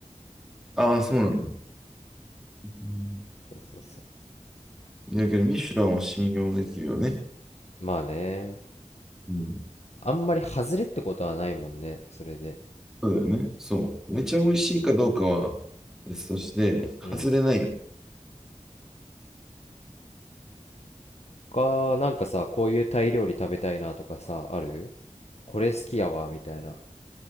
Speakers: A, in the centre; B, on the left (about 60°).
A: ああ、そうなんだ。うん
B: <laughs> そうそうそ
A: いやけど、ミシュランは信用できるよね。
B: う。まあね、
A: うん。
B: あんまり外れってことはないもんね、それで。
A: そうだよね。そう。めちゃ美味しいかどうかは別として、
B: うん。
A: 外れないよ。
B: 他、なんかさ、こういうタイ料理食べたいなとかさ、あるこれ好きやわ、みたいな。